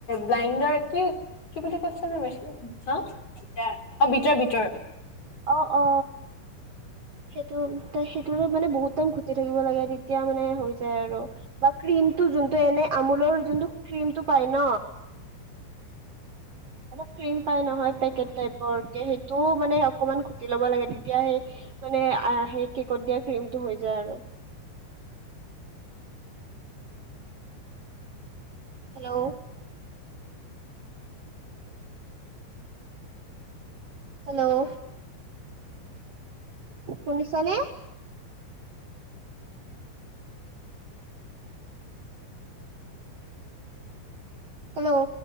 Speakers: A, on the left; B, on the right.
A: ব্লাইণ্ডাৰ কি কি বুলি কৈছে জানোঁ মেছিনৰ হা অ ভিতৰ ভিতৰ
B: অ অ সেইটো সেইটো মানে বহুত টাইম ঘটি থাকিব লাগে তেতিয়া মানে হৈ যায় আৰু বা ক্ৰীমটো যোনটো এনে আমোলৰ যোনটো ক্ৰীমটো পাই ন এটা ক্ৰীম পাই নহয় পেকেট টাইপৰক সেইটো মানে অকমান ঘুটি ল'ব লাগে তেতিয়া সেই মানে আহ সেই কেকত দিয়া ক্ৰীমটো হৈ যায় আৰু হেল্লো হেল্ল' শুনিছানে? হেল্ল'